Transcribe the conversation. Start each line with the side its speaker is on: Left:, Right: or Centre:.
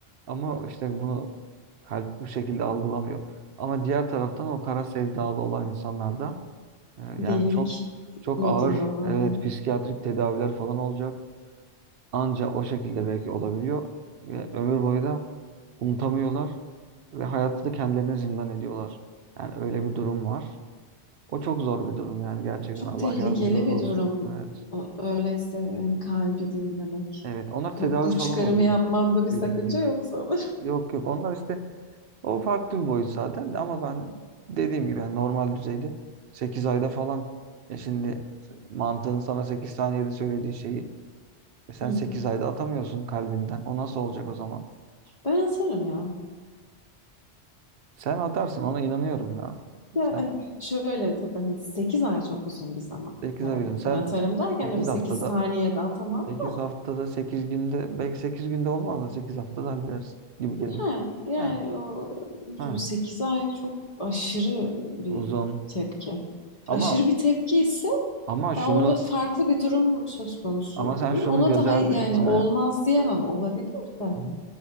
Right: Ama işte bunu kalp bu şekilde algılamıyor. Ama diğer taraftan o kara sevdalı olan insanlarda e, yani
Left: Delilik
Right: çok çok
Left: modunda
Right: ağır
Left: olanlar.
Right: evet psikiyatrik tedaviler falan olacak. Anca o şekilde belki olabiliyor ve ömür boyu da unutamıyorlar ve hayatı da kendilerine zindan ediyorlar. Yani öyle bir durum var. O çok zor bir durum yani gerçekten.
Left: Çok
Right: Allah
Left: tehlikeli
Right: yardımcıları
Left: bir
Right: olsun.
Left: durum.
Right: Evet.
Left: O- Öyleyse hani kalbi dinlemek.
Right: Evet. Onlar tedavi
Left: Bu, bu
Right: falan
Left: çıkarımı
Right: oluyor
Left: yapmamda bir
Right: dediğin
Left: sakınca
Right: gibi.
Left: yok sana.
Right: Yok yok. Onlar işte o farklı bir boyut zaten de ama ben dediğim gibi yani normal düzeyde Sekiz ayda falan e şimdi mantığın sana 8 saniyede söylediği şeyi e sen
Left: Hı.
Right: 8 ayda atamıyorsun kalbinden. O nasıl olacak o zaman?
Left: Ben atarım ya.
Right: Sen atarsın ona inanıyorum ya.
Left: Ya,
Right: Sen
Left: hani şöyle tabii hani 8 ay çok uzun bir zaman.
Right: 8
Left: Yani
Right: ay diyorsun. Sen
Left: ben atarım derken
Right: 8
Left: öyle 8
Right: haftada
Left: saniyede atamam.
Right: 8 haftada 8 günde belki 8 günde olmaz da 8 haftada hallederiz gibi geliyor.
Left: Ha, yani
Right: Ha,
Left: o
Right: ha,
Left: 8 ay çok aşırı bir
Right: uzun.
Left: tepki.
Right: Ama
Left: Aşırı bir tepki ise
Right: ama şunu
Left: ya orada farklı bir durum söz konusudur.
Right: ama sen şunu
Left: Ona
Right: göz
Left: da hay-
Right: ardı
Left: yani
Right: etme.
Left: olmaz diyemem olabilir de.
Right: Hı hı.